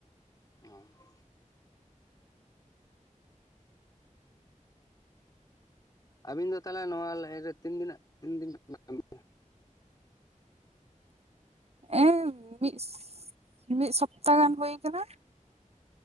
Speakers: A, on the left (about 30°); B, on the right (about 50°).
A: ᱚ <inaudible> ᱟᱹᱵᱤᱱ ᱫᱚ ᱛᱟᱞᱦᱮ ᱱᱚᱣᱟ ᱞᱟᱭᱤᱱ ᱨᱮ ᱛᱤᱱ ᱫᱤᱱᱟᱹᱜ ᱛᱤᱱᱫᱤᱱ <unintelligible>
B: ᱮᱸ ᱢᱤᱫ ᱢᱤᱫ ᱥᱚᱯᱛᱟ ᱜᱟᱱ ᱦᱩᱭ ᱠᱟᱱᱟ ᱾